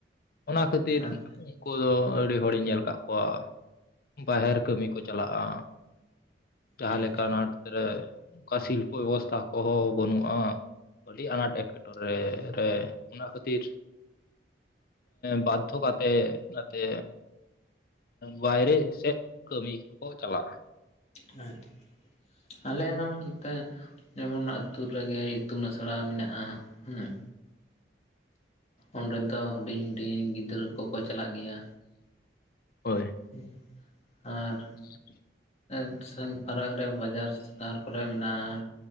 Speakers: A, on the left (about 55°); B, on the left (about 35°).
A: ᱚᱱᱟ ᱠᱷᱟᱹᱛᱤᱨ
B: ᱟᱪᱪᱷᱟ
A: ᱠᱩ ᱫᱚ ᱟᱹᱰᱤ ᱦᱚᱲᱤᱧ ᱧᱮᱞ ᱟᱠᱟᱫ ᱠᱚᱣᱟ ᱵᱟᱦᱮᱨ ᱠᱟᱹᱢᱤ ᱠᱚ ᱪᱟᱞᱟᱜᱼᱟ᱾ ᱡᱟᱦᱟ
B: ᱟᱪᱪᱷᱟ
A: ᱞᱮᱠᱟ ᱟᱱᱟᱴ ᱨᱮ ᱚᱠᱟ ᱥᱤᱞᱯᱟᱹ ᱵᱮᱵᱚᱥᱛᱷᱟ ᱠᱚᱦᱚᱸ ᱵᱟᱹᱱᱩᱜᱼᱟ ᱟᱹᱰᱤ ᱟᱱᱟᱴ ᱮᱸᱴᱠᱮ ᱴᱚᱨᱮ ᱨᱮ ᱚᱱᱟ ᱠᱷᱟᱹᱛ ᱛᱤᱨ ᱵᱟᱫᱽᱫᱷᱚ ᱠᱟᱛᱮ ᱚᱱᱟᱛᱮ ᱵᱟᱭᱨᱮ ᱥᱮᱫ ᱠᱟᱹᱢᱤ ᱠᱚᱠᱚ ᱪᱟᱞᱟᱜᱼᱟ
B: ᱟᱪᱪᱷᱟ ᱟᱞᱮ ᱦᱚᱸ ᱚᱱᱛᱮ ᱡᱮᱢᱚᱱ ᱟᱹᱛᱩ ᱨᱮᱜᱮ ᱤᱛᱩᱱ ᱟᱥᱲᱟ ᱢᱮᱱᱟᱜᱼᱟ ᱦᱩᱸ ᱚᱸᱰᱮ ᱫᱚ ᱦᱩᱰᱤᱧ ᱦᱩᱰᱤᱧ ᱜᱤᱫᱽᱨᱟᱹ ᱠᱚᱠᱚ ᱪᱟᱞᱟᱜ ᱜᱮᱭᱟ
A: ᱦᱳᱭ᱾
B: ᱦᱩᱸ ᱟᱨ
A: <inaudible>
B: <inaudible> ᱯᱟᱨᱟᱠ ᱨᱮ ᱵᱟᱡᱟᱨ ᱥᱟᱦᱟᱨ ᱠᱚᱨᱮ ᱢᱮᱱᱟᱜᱼᱟ᱾